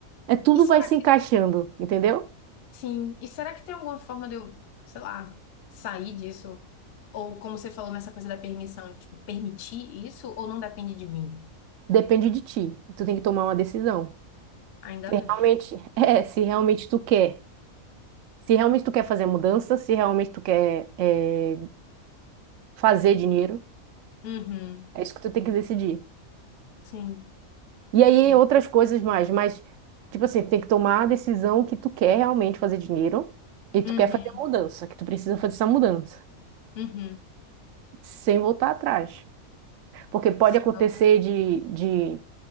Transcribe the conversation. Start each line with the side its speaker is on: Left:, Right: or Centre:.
Right: É tudo
Left: E
Right: vai
Left: será
Right: se
Left: que,
Right: encaixando, entendeu?
Left: sim, e será que tem alguma forma de eu, sei lá, sair disso? Ou como você falou nessa coisa da permissão, de, tipo, permitir isso ou não depende de mim?
Right: Depende de ti. Tu tem que tomar uma decisão.
Left: Ainda
Right: Se
Left: bem.
Right: realmente, <laughs> é, se realmente tu quer. Se realmente tu quer fazer a mudança, se realmente tu quer eh, fazer dinheiro,
Left: Uhum.
Right: é isso que tu tem que decidir.
Left: Sim,
Right: E aí
Left: sim.
Right: outras coisas mais, mas tipo assim, tem que tomar a decisão que tu quer realmente fazer dinheiro e tu
Left: Uhum,
Right: quer fazer a mudança, que tu precisa fazer essa mudança,
Left: uhum.
Right: sem voltar atrás. Porque pode
Left: Sim,
Right: acontecer
Left: eu-
Right: de, de